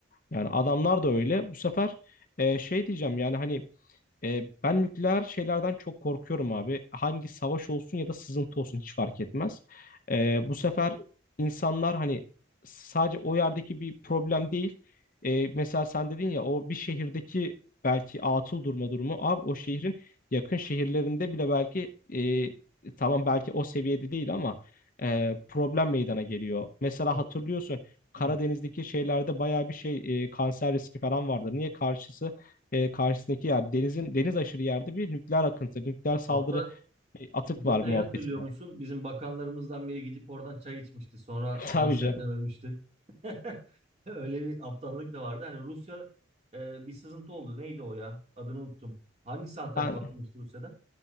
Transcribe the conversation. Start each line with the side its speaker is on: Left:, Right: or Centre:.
Left: Yani adamlar da öyle. Bu sefer e, şey diyeceğim yani hani e, ben nükleer şeylerden çok korkuyorum abi. Hangi savaş olsun ya da sızıntı olsun hiç fark etmez. E, bu sefer insanlar hani sadece o yerdeki bir problem değil. E, mesela sen dedin ya o bir şehirdeki belki atıl durma durumu. Abi o şehrin yakın şehirlerinde bile belki e, tamam belki o seviyede değil ama
Right: Kesinlikle,
Left: e,
Right: kesinlikle.
Left: problem meydana geliyor. Mesela
Right: Ö-
Left: hatırlıyorsun Karadeniz'deki
Right: Hı.
Left: şeylerde bayağı bir şey e, kanser riski falan vardı. Niye karşısı? e, karşısındaki yer denizin deniz aşırı yerde bir nükleer akıntı, nükleer saldırı
Right: Hatta
Left: e, atık
Right: detayı
Left: var muhabbetinde.
Right: hatırlıyor musun? Bizim bakanlarımızdan biri gidip oradan çay içmişti. Sonra
Left: <laughs> Tabii
Right: kanserden
Left: canım.
Right: ölmüştü. <laughs> Öyle bir aptallık da vardı. Hani Rusya e, bir sızıntı oldu. Neydi o ya? Adını unuttum. Hangi santral
Left: Ben
Right: patlamıştı Rusya'da?